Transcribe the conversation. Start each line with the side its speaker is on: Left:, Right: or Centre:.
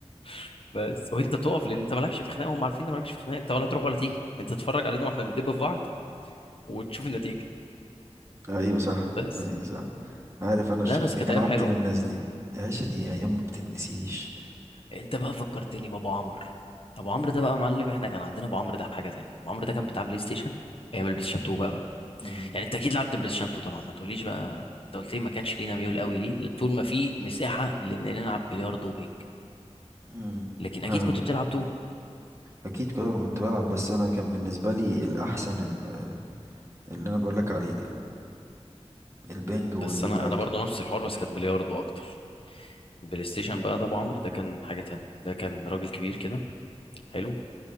Left: <laughs> بس وانت تقف لان انت مالكش في خناق هم عارفين ان مالكش في خناق انت ولا تروح ولا تيجي انت تتفرج علينا واحنا بندب في بعض وتشوف النتيجه
Right: ايوه صح
Left: بس
Right: ايوه صح عارف انا الشخص
Left: لا بس
Right: ده
Left: كانت
Right: كان
Left: ايام
Right: عندي
Left: حلوه
Right: من الناس دي يا عيشة دي ايام ما بتتنسيش
Left: انت بقى فكرتني بابو عمرو ابو عمرو ده بقى معلم احنا كان عندنا ابو عمرو ده حاجه تانية ابو عمرو ده كان بتاع بلاي ستيشن ايام البلاي ستيشن 2 بقى, بقى
Right: مم.
Left: يعني انت اكيد لعبت بلاي ستيشن 2 طبعا ما تقوليش بقى انت قلت لي ما كانش لينا ميول قوي ليه طول ما في مساحه لان نلعب بلياردو وبينج
Right: مم.
Left: لكن
Right: اه
Left: اكيد كنت بتلعب 2
Right: اكيد كده ما كنت بلعب بس انا كان بالنسبه لي الاحسن ال- اللي انا بقول لك عليه ده البنج
Left: بس
Right: والبلياردو
Left: انا انا برضو نفس الحوار بس كانت بلياردو اكتر بلاي ستيشن بقى ده ابو عمرو ده كان حاجه تانية ده كان راجل كبير كده حلو